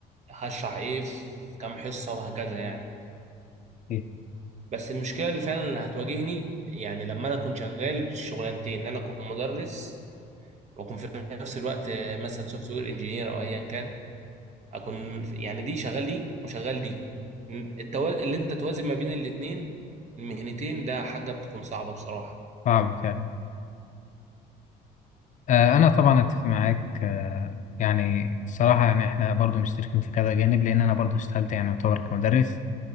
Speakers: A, on the right; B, on the left.
A: هشرح ايه في كام حصة وهكذا يعني
B: إيه؟
A: بس المشكلة اللي فعلا اللي هتواجهني يعني لما انا اكون شغال شغلانتين ان انا اكون مدرس واكون في نفس الوقت آه، مثلا سوفت وير انجينير او ايا كان اكون في- يعني دي شغال دي وشغال دي التوازن اللي انت توازن ما بين الاثنين المهنتين ده حاجه بتكون صعبه بصراحه
B: صعب فعلا آه انا طبعا اتفق معاك آه يعني الصراحه يعني احنا برضو مشتركين في كذا جانب لان انا برضو اشتغلت يعني يعتبر كمدرس